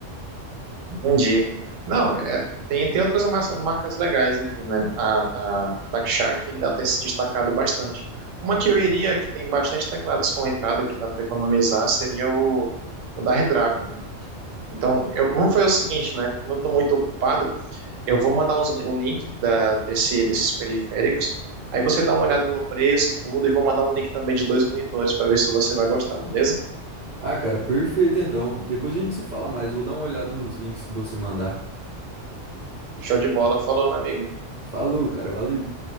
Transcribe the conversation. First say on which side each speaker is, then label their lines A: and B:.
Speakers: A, on the right; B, on the right.
A: entendi. Não, é, tem, tem outras mas- marcas legais aqui, né? A, a Tac Shark, ela tem se destacado bastante. Uma que eu iria, que tem bastante teclados com entrada, que dá para economizar, seria o, o da Redragon, né? Então, eu, como foi o seguinte, né? Como eu estou muito ocupado, Eu vou mandar os- o link da- desse, desses periféricos. Aí você dá uma olhada no preço e tudo, e vou mandar um link também de dois monitores para ver se você vai gostar, beleza?
B: Ah, cara, perfeito então. Depois a gente se fala mais. Vou dar uma olhada nos links que você mandar.
A: Show de bola. Falou, meu amigo.
B: Falou, cara, valeu.